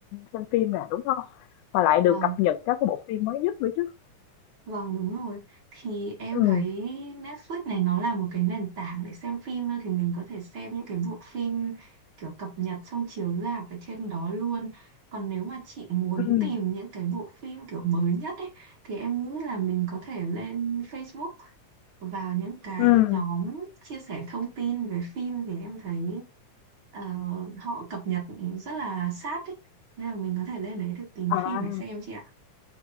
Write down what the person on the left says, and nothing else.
xem phim nè, đúng không Mà lại
được
cập nhật các cái bộ phim mới nhất nữa chứ.
Ừm,
ừm,
ừm.
À,